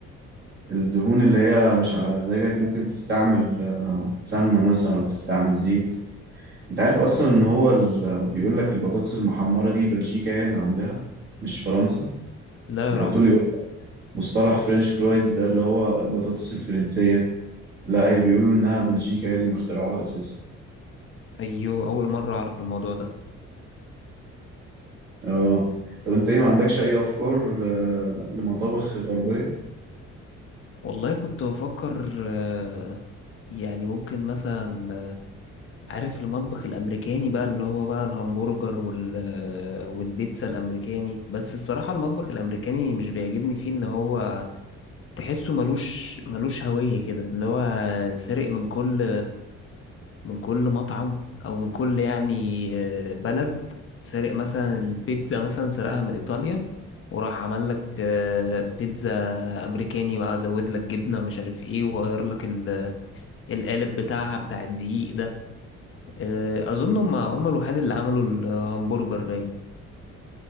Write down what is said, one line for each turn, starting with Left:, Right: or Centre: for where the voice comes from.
Right: الدهون اللي هي مش على مزاجك ممكن تستعمل آه، سمنة مثلا أو تستعمل زيت أنت عارف أصلا إن هو ال- آه، بيقول لك البطاطس المحمرة دي بلجيكا هي اللي عاملاها مش فرنسا
Left: لا
Right: يعني
Left: يا راجل
Right: على طول يقول مصطلح فرنش فرايز ده اللي هو البطاطس الفرنسية لا هي بيقولوا إنها بلجيكا هي اللي مخترعوها أساسا
Left: ايوه اول مرة اعرف الموضوع ده
Right: أه طب أنت إيه ما عندكش أي أفكار آه، لمطابخ غربية؟
Left: والله كنت بفكر آه، يعني ممكن مثلا عارف المطبخ الامريكاني بقى اللي هو بقى الهمبرجر وال والبيتزا الامريكاني بس الصراحه المطبخ الامريكاني مش بيعجبني فيه ان هو تحسه ملوش ملوش هويه كده اللي هو سارق من كل من كل مطعم او من كل يعني آه، بلد سارق مثلا البيتزا مثلا سرقها من ايطاليا وراح عمل لك آه، بيتزا امريكاني بقى زود لك جبنه مش عارف ايه وغير لك ال- القالب بتاعها بتاع الدقيق ده آه، اظن هم هم الوحيد اللي عملوا الهمبرجر باين